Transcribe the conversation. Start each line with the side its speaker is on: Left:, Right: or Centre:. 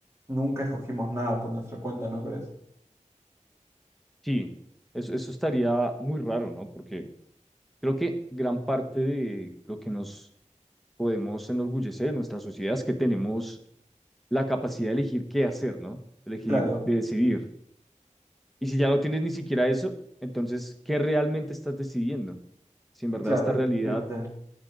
Right: nunca escogimos nada por nuestra cuenta, ¿no crees?
Centre: Sí, eso, eso estaría muy raro, ¿no? Porque creo que gran parte de lo que nos podemos enorgullecer en nuestra sociedad es que tenemos la capacidad de elegir qué hacer, ¿no? Elegir,
Right: Claro,
Centre: de decidir. Y si ya no tienes ni siquiera eso, entonces, ¿qué realmente estás decidiendo? Si en verdad
Right: claro,
Centre: esta realidad,
Right: efectivamente.